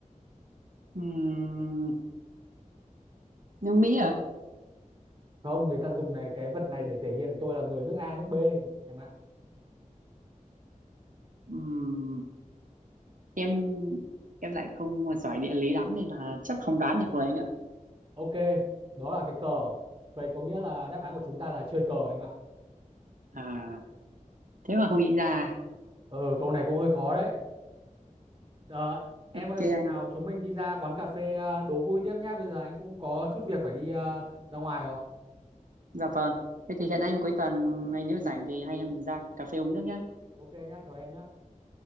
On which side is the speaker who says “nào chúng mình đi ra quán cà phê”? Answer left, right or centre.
Right